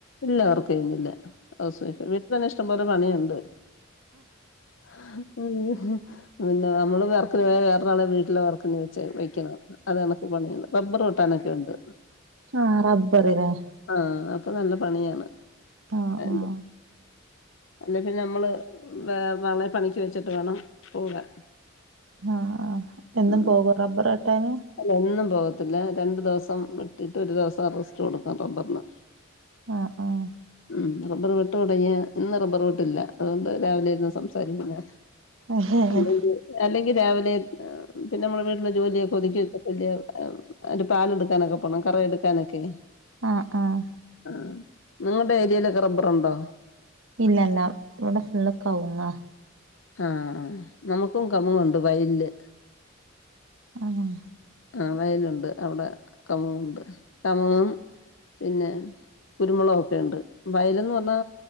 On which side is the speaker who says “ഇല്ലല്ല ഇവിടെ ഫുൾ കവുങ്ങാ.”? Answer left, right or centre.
Right